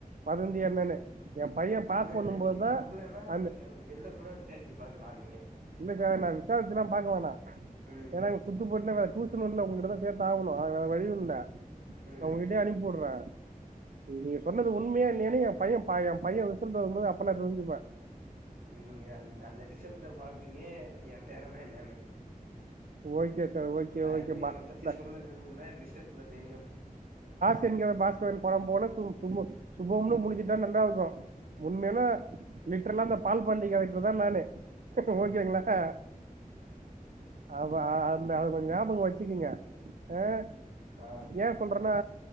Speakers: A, on the right; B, on the right.
A: வதந்திய என்னன்னு என் பையன்
B: இல்லல்ல
A: பாஸ் பண்ணும்போதுதா
B: நீங்க நம்பலன்னா
A: அந்த
B: நீங்க வெளில கூட விசாரிச்சு பாக்கலா நீங்க
A: இல்லக்கா நா விசாரிச்சு எல்லா பாக்கவேண்ணா
B: ம்
A: ஏன்னா இங்க சுத்து போட்னு நா ட்யூ அப்புறோ இல்ல உங்ககிட்டதா சேர்தாகனு அது வேற வழியு இல்ல
B: ம்
A: அவங்க கிட்டயே அனுப்பி வுடுறே நீங்க சொன்னது உண் மயா இல்லயானு எ பைய ப எ பைய விசல்ட்டு வரும்போது அப்ப நா கவனிச்சுப்பே
B: நீங்க அந் அந்த ரிசல்ட்ட பாப்பீங்க எ தெறம என்னன்னு
A: ஓகே சார் ஓகே
B: நா
A: ஓகே
B: என்
A: பா
B: என்ன பத்தி
A: இந்த
B: சொல்னோ விரும்பலா ரிசல்ட்ல தெரியு
A: திரும்பி ஆ பாஸ்கரன் படம் போல சு சுமோ சுபம்னு முடிஞச்சுட்டா நல்லா இருக்கு உண்மையில லிட்ரலா அந்த பால் பாண்டி கெரக்டர்தா தா நானு ஓகேங்களா அ ஆமா அந்த கொஞ் ஞாபக வச்சுக்கிங்க அ
B: ஆ ம்
A: ஏ சொல்றேன்னா